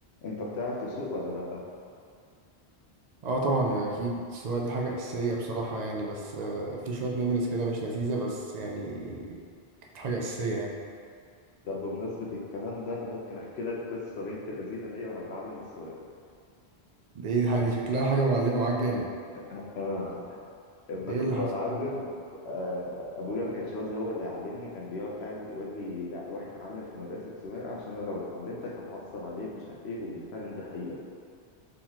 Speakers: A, on the left; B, on the right.
A: انت بتعرف تسوق ولا لا
B: اه طبعا اكيد السواقه دي حاجه اساسيه بصراحه يعني بس آه، في شويه ميموريز كده مش لذيذه بس يعني كانت حاجه اساسيه يعني
A: طب بمناسبه الكلام ده انا ممكن احكي لك قصه بنت الذين دي وانا بتعلم السواقه
B: ده ايه الحاجه دي شكلها حاجه معلمه معاك جامد
A: اه اما
B: ايه
A: كنت
B: اللي حصل
A: بتعلم
B: دي؟
A: آه، ابويا ما كانش راضي هو اللي يعلمني كان بيقعد يقول لي لا روح اتعلم في مدرسه سواقه عشان انا لو اتعلمتك هتعصب عليك مش عارف ايه وفعلا دي حقيقه